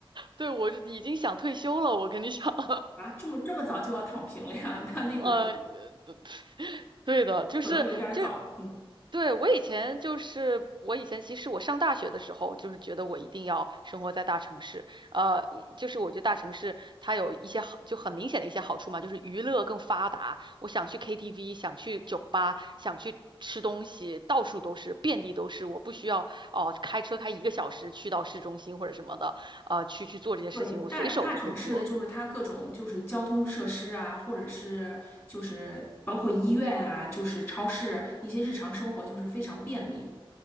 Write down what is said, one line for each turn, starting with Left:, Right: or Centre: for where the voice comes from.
Right: 对，我就已经想退休了，我跟你讲。<laughs>
Left: 啊！这么这么早就要躺平了呀？<laughs> 那那个
Right: 呃，<laughs> 对的，就是就
Left: 可能有点儿早。嗯，
Right: 对我以前就是我以前其实我上大学的时候就是觉得我一定要生活在大城市，呃，就是我觉得大城市它有一些好就很明显的一些好处嘛，就是娱乐更发达，我想去 KTV，想去酒吧，想去吃东西，到处都是，遍地都是，我不需要哦、开车开一个小时去到市中心或者什么的，呃，去去做这些事情，
Left: 对，
Right: 我随手就可以做。
Left: 大大城市的就是它各种就是交通设施啊，或者是就是包括医院啊，就是超市一些日常生活就是非常便利。